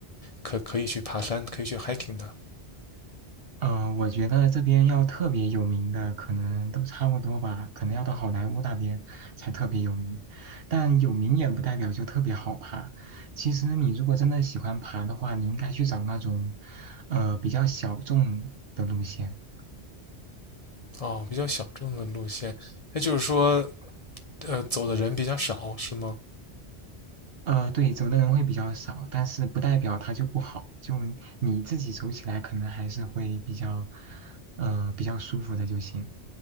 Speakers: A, on the left; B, on the right.
A: 可可以去爬山，可以去 hiking 的。
B: 呃，我觉得这边要特别有名的，可能都差不多吧，可能要到好莱坞那边才特别有名。但有名也不代表就特别好爬。其实你如果真的喜欢爬的话，你应该去找那种，呃，比较小众的路线。
A: 哦，比较小众的路线，那就是说，呃，走的人比较少，是吗？
B: 呃，对，走的人会比较少，但是不代表它就不好，就你自己走起来可能还是会比较，呃，比较舒服的就行。